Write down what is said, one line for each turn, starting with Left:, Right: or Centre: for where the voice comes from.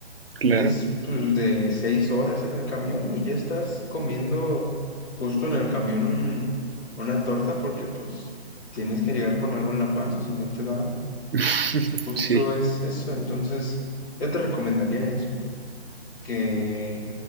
Right: Claro.
Left: Es pues de seis horas en el camión y ya estás comiendo justo en el camión un- una torta porque pues tienes que llegar con algo en la panza, si no te da
Right: <laughs>
Left: Justo
Right: Sí,
Left: es eso, entonces yo te recomendaría eso, que